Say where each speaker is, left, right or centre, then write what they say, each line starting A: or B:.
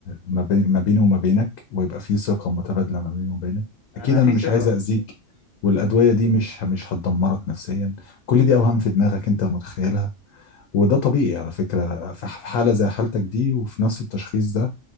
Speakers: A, on the left; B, on the left.
A: ما بين ما بيني وما بينك ويبقى في ثقة متبادلة ما بيني وبينك
B: انا
A: اكيد انا
B: في
A: مش
B: ثقه
A: عايز اذيك والادوية دي مش مش هتدمرك نفسيا كل دي اوهام في دماغك انت متخيلها وده طبيعي على فكرة في ح- في حالة زي حالتك دي وفي نفس التشخيص ده